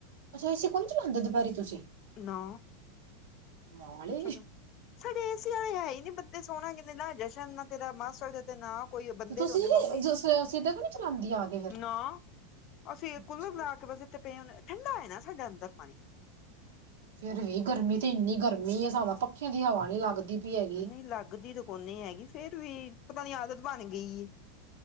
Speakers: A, on the right; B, on the left.
A: ਅੱਛਾ, ਏਸੀ ਕੋਨੀ ਚਲਾਂਦੇ ਦੁਪੈਰੀ ਤੁਸੀ ਕਮਾਲ
B: ਨਾ
A: ਏ।
B: ਸਾਡੇ ਸਾਡੇ ਏਸੀ ਵਾਲੇ ਹੈ ਈ ਨੀ ਬੰਦੇ ਸੋਣਾ ਕਿੰਨੇ ਨਾ ਜਸ਼ਨ, ਨਾ ਤੇਰਾ ਮਾਸੜ ਤੇ ਨਾ ਕੋਈ ਬੰਦੇ।
A: ਤੇ ਤੁਸੀਂ
B: ਦੇ ਮੰਮੀ,
A: ਸਿੱਧਾ ਕਿਉਂ ਨੀ ਚਲਾਉਂਦੀ ਆ ਕੇ
B: ਨਾ ਅਸੀ
A: ਫਿਰ
B: ਕੁੱਲਰ ਲਾ ਤੇ ਬਸ ਏਥੇ ਪਏ ਹੁੰਨੇ ਠੰਡਾ ਏ ਨਾ ਸਾਡਾ ਅੰਦਰ ਪਾਣੀ।
A: ਫੇਰ ਵੀ ਗਰਮੀ ਤੇ ਇੰਨੀ ਗਰਮੀ ਏ ਸਵਾਂ ਪੱਖੇਆਂ ਦੀ ਹਵਾ ਨੀ ਲੱਗਦੀ। ਪਈ ਹੈਗੀ।
B: ਨਈ, ਲੱਗਦੀ ਤਾਂ ਕੋਨੀ ਹੈਗੀ, ਫੇਰ ਵੀ ਪਤਾ ਨੀ ਆਦਤ ਬਨ ਗਈ ਏ।